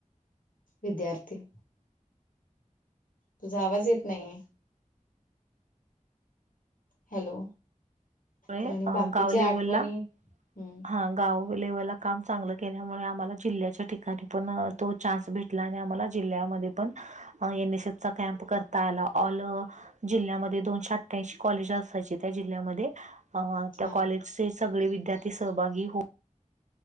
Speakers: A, on the left; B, on the right.
A: विद्यार्थी तुझा आवाज येत नाहीये हॅलो
B: होय
A: तर आणि बाकीच्या
B: गाव लेवलला
A: आठवणी हम्म
B: हा गाव लेवलला काम चांगलं केल्यामुळे आम्हाला जिल्ह्याच्या ठिकाणी पण तो चान्स भेटला आणि आम्हाला जिल्ह्यामध्ये पण एन एस एसचा कॅम्प करता आला ऑल जिल्ह्यामध्ये दोनशे अठ्ठ्याऐंशी कॉलेज असायचे त्या जिल्ह्यामध्ये अ त्या
A: हा.
B: कॉलेजचे सगळे विद्यार्थी सहभागी हो